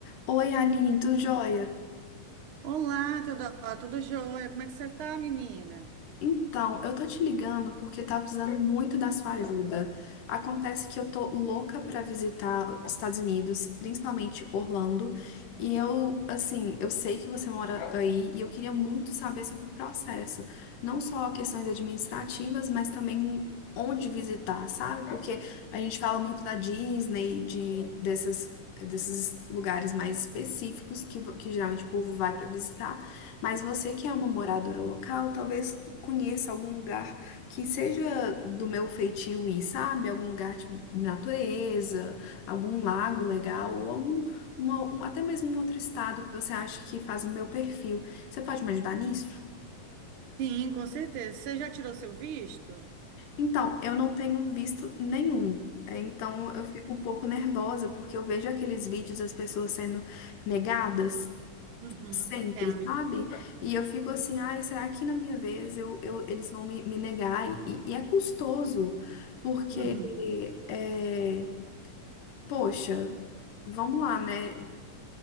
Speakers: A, on the left; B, on the right.
A: Oi, Aline, tudo jóia?
B: Olá, Teodoro, tudo jóia? Como é que você tá, menina?
A: Então, eu tô te ligando porque eu tava precisando muito da sua ajuda. Acontece que eu tô louca pra visitar os Estados Unidos, principalmente Orlando, e eu, assim, eu sei que você mora aí e eu queria muito saber sobre o processo, não só questões administrativas, mas também onde visitar, sabe? Porque a gente fala muito da Disney, de dessas desses lugares mais específicos que, que geralmente o povo vai pra visitar. Mas você que é uma moradora local, talvez conheça algum lugar que seja do meu feitio ir, sabe? Algum lugar de natureza, algum lago legal, ou algum, uma- um- até mesmo um outro estado que você acha que faz o meu perfil. Você pode me ajudar nisso?
B: Sim, com certeza. Você já tirou seu visto?
A: Então, eu não tenho visto nenhum. É, Então, eu fico um pouco nervosa porque eu vejo aqueles vídeos das pessoas sendo negadas.
B: Uhum.
A: Sempre,
B: É, amiga.
A: sabe? E eu fico assim, ai, será que na minha vez eu, eu, eles vão me, me negar? E, e é custoso, porque,
B: Uhum.
A: é, poxa, vamos lá, né?